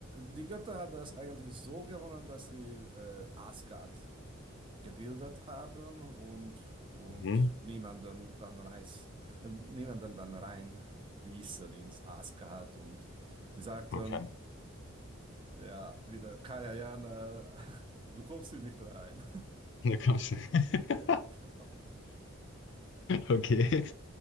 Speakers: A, on the right; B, on the left.
A: die Götter haben das eigentlich so gewonnen, dass sie äh, Asgard gebildet haben und, und
B: Mhm.
A: niemanden dann reiß, äh, niemanden dann rein ließen ins Asgard. Und sie sagten,
B: Okay. <laughs>
A: ja, wieder Kajayana, du kommst hier nicht rein.
B: Da kommst du. <laughs>
A: <laughs> Genau.
B: Okay.